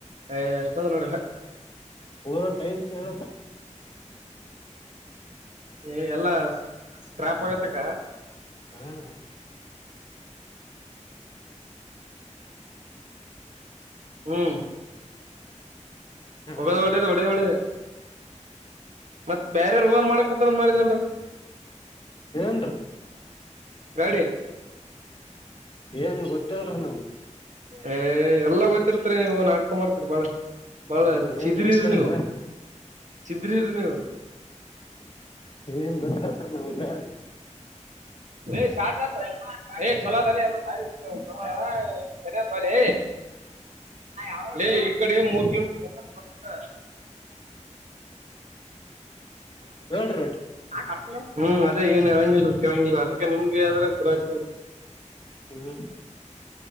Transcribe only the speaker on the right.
ಏ ಎಷ್ಟ ನಲ್ಲಡ
ಏ ಎಲ್ಲಾ ಸ್ಕ್ರಾಪ್ ಆಗತ್ತಕ್ಕ
ಹ್ಮ್
ಒೋಗದು್ ಒಡದು ಒಡದುಡದು ಮತ್ ಬೇರೆ ರ ಮಾಡೂತಾರಂದ ಮಾಡಾರಿದಲ್ರೀ
ಗಾಡಿ
ಏ್ ಎಲ್ಲ ಓಯ್ತಿರ್ತರಿ ನೀವವು ನಾಡ್ಕ ಮಾಡ್ತೀರಿ ಬಾಳೆ ಬಹಳ
ಚಿದ್ರಿರಿ
ನೀವು ಿದ್ರಿರಿ ನೀವು
್ ಸಾತ್ ಆತ ಚಲೋ ಎಲ್ಲ ಹ ತ ಅ ಇಡೆ ಮೂದಲ
ಹ್ಮ ಹ್ಮ್ ಅೇ ಏನ್ ಹೇಳಂಗಿಲ್ರಿ ಕೆೇಳಂಗಿಲ್ಲಲ್ರಿ ಅದಕ್ಕೆ ನಿಮಗೆಾವ್ದ್ರೆ ಚಲ ಆ್ತ ಉಟು